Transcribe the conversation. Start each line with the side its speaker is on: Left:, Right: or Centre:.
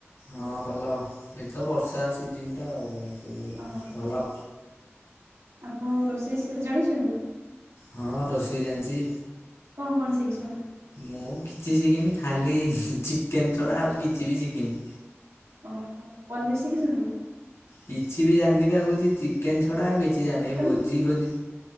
Left: ହଁ ଭଲ ଏ ତ ବର୍ଷା ସିଜନଟା ଆଉ
Right: ଓହୋ
Left: ଭଲ।
Right: ଆପଣ ରୋଷେଇ ସ ଜାଣିଛନ୍ତି?
Left: ହଁ ରୋଷେଇ ଜାଣିଛି।
Right: କଣ କଣ ଶିଖିଛନ୍ତି?
Left: ମୁଁ କିଛି ଶିଖିନି ଖାଲି ଚିକେନ ଛଡ଼ା ଆଉ କିଛି ବି ଶିଖିନି?
Right: ଓହୋ ପନିର୍ ଶିଖିଛନ୍ତି?
Left: କିଛି ବି ଜାଣିନିବା କହୁଛି ଚିକେନ ଛଡା ଆଉ କିଛି ଜାଣିନି
Right: ମଟନ୍
Left: ଏଇ ଭୋଜି ଭୋଜି